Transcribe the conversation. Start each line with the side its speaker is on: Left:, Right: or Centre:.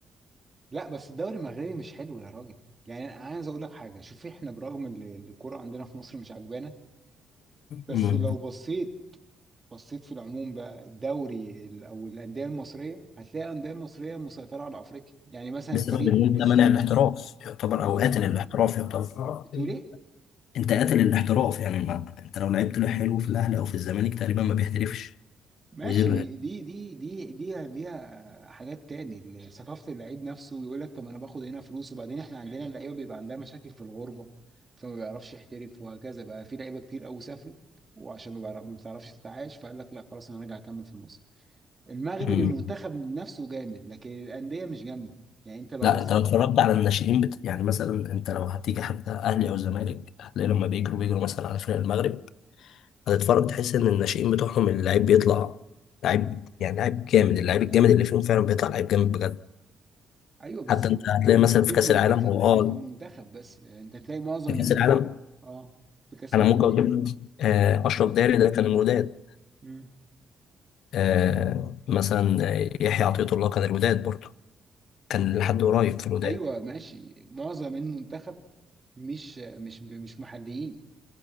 Right: لا بس الدوري المغربي مش حلو يا راجل يعني انا عايز اقول لك حاجه شوف احنا برغم ان ال- الكوره عندنا في مصر مش عجبانا بس
Left: امم
Right: لو بصيت بصيت في العموم بقى الدوري ال- او الانديه المصريه هتلاقي الانديه المصريه مسيطره على افريقيا يعني مثلا
Left: بسبب
Right: فريق
Left: إن أنت
Right: السنه
Left: مانع الاحتراف يعتبر أو
Right: ايه
Left: قاتل الاحتراف يعتبر.
Right: بتقول ايه
Left: انت قاتل الاحتراف يعني ما انت لو لعبت له حلو في الاهلي او في الزمالك تقريبا ما بيحترفش
Right: ماشي
Left: غير
Right: مي- دي دي دي دي ليها حاجات تاني ال- ثقافة اللعيب نفسه يقول لك طب ما انا باخد هنا فلوس وبعدين احنا عندنا اللعيبة بيبقى عندها مشاكل في الغربة فما بيعرفش يحترف وهكذا بقى في لعيبة كتير قوي سافرت وعشان ما بيعرف- ما بتعرفش تتعايش فقال لك لا خلاص انا راجع اكمل في مصر المغرب
Left: مم.
Right: المنتخب نفسه جامد لكن الأندية مش جامدة يعني انت لو
Left: لا
Right: بصيت
Left: انت لو اتفرجت على الناشئين بت... يعني مثلا انت لو هتيجي حتى اهلي او زمالك هتلاقي لما بيجروا بيجروا مثلا على فرق المغرب هتتفرج تحس ان الناشئين بتوعهم اللعيب بيطلع لعيب يعني لعيب جامد اللعيب الجامد اللي فيهم فعلا بيطلع لعيب جامد بجد
Right: ايوه بس
Left: حتى انت هتلاقي مثلا في
Right: في المنتخب
Left: كاس العالم هو
Right: اللي
Left: اه
Right: في المنتخب بس يعني انت تلاقي معظم
Left: في كاس
Right: اللي
Left: العالم
Right: بيلعبوا اه في كأس
Left: انا
Right: العالم
Left: ممكن اقول لك، آه، اشرف داري ده كان الوداد
Right: ايه
Left: آه، مثلا آه، يحيى عطية الله كان الوداد برضه كان لحد قريب في الوداد
Right: ايوه ماشي معظم المنتخب مش مش مش محليين